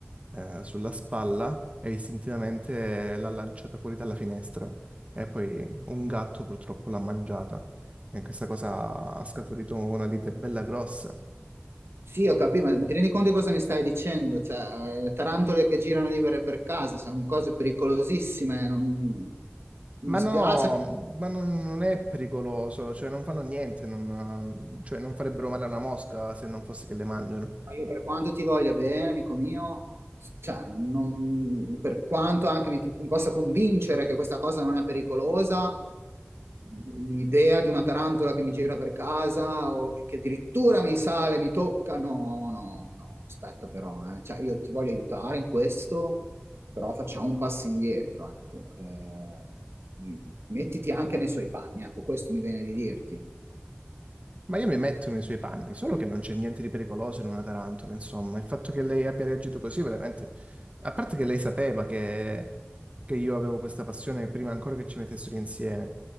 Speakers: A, on the right (about 35°); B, on the right (about 85°).
A: eh, sulla spalla e istintivamente l'ha lanciata fuori dalla finestra e poi un gatto purtroppo l'ha mangiata e questa cosa ha scaturito una lite bella grossa.
B: sì, ho capito, ma ti rendi conto di cosa mi stai dicendo? Cioè, eh, tarantole che girano libere per casa, sono cose pericolosissime. non-
A: Ma
B: Mi spiace,
A: no, ma non, non è pericoloso, cioè non fanno niente, non, cioè non farebbero male a una mosca se non fosse che le mangiano.
B: Io per quanto ti voglia bene, amico mio, cioè, non- per quanto anche mi, tu- mi possa convincere che questa cosa non è pericolosa, l'idea di una tarantola che mi gira per casa o che, che addirittura mi sale, mi tocca, no, no, no, aspetta però, eh. Cioè, io ti voglio aiutare in questo, però facciamo un passo indietro, ecco. Eh, mettiti anche nei suoi panni, ecco, questo mi viene di dirti.
A: Ma io mi metto nei suoi panni, solo che non c'è niente di pericoloso in una tarantola, insomma. Il fatto che lei abbia reagito così, veramente... A parte che lei sapeva che, che io avevo questa passione prima ancora che ci mettessero insieme.